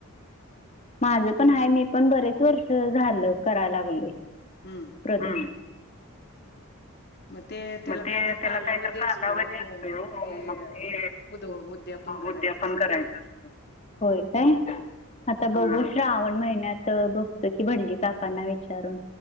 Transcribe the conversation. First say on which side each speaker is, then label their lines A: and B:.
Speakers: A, on the left; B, on the left.
A: माझं पण आहे. मी पण बरेच वर्ष झालं कराय लागलोय.
B: हम्म
A: प्रदोष.
B: मग ते त्याला
A: म ते
B: काहीतर कालावधी
A: तेला काय तर, कांदा
B: असतोय हो
A: वर्ज असतोय
B: मग
A: ओ
B: ते
A: मग
B: अ,
A: ते
B: उद उद्यापन करायचं
A: उद्यापण
B: असतय
A: करायचं असतयं. होय, काय? हा आता बघू श्रावण महिन्यात. महिन्यात बघतो की, भटजी काकांना विचारून